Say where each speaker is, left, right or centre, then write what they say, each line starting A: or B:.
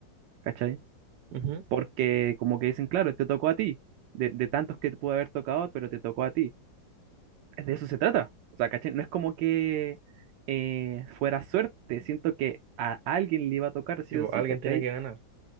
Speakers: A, on the right; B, on the right.
A: ¿cachai?
B: Ujú.
A: Porque como que dicen, claro, te tocó a ti, de, de tantos que te pudo haber tocado, pero te tocó a ti. Es De eso se trata. O sea, ¿cachai? No es como que eh, fuera suerte, siento que a alguien le iba a tocar sí
B: Sí, po,
A: o sí,
B: alguien
A: ¿cachai?
B: tenía que ganar.